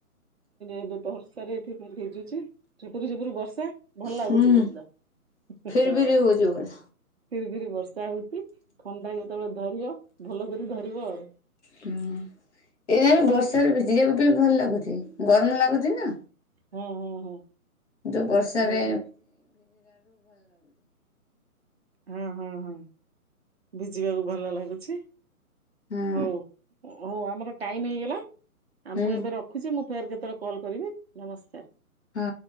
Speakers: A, on the right (about 45°); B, on the left (about 50°).
A: ଏବେ ବର୍ଷା ରେ ଏଠି ମୁଁ ଭିଜୁଛି ଝୁପୁର ଝୁପୁର ବର୍ଷା। ଭଲ ଲାଗୁଛି
B: ହୁଁ
A: ବି ସୁଧା ହଁ
B: ଫିରି ଫିରି
A: ହଁ।
B: ହଉଛି ପୁରା
A: ଫିରି ଫିରି ବର୍ଷା ହଉଛି ଥଣ୍ଡା ଯେତେବେଳେ ଧରିବ ଭଲ କିରି ଧରିବ ଆଉ।
B: ହଁ ଏଇ ବର୍ଷାରେ ଭିଜିବାକୁ ତମକୁ ଭଲ ଲାଗୁଛି? ଗରମ ଲାଗୁଛି ନା?
A: ହଁ ହଁ ହଁ
B: ଯୋଉଁ ବର୍ଷାରେ
A: ଭଲ ଲାଗୁଛି। ହଁ ହଁ ହଁ ଭିଜିବାକୁ ଭଲ ଲାଗୁଛି।
B: ହଁ
A: ହଉଁ ହଉଁ ଆମର ଟାଇମ ହେଇଗଲା ଆଉ
B: ହୁଁ
A: ମୁଁ ଏବେ ରଖୁଛି ମୁଁ ଫେର କେତେବେଳେ କଲ୍ କରିବେ ନମସ୍କାର।
B: ହଁ।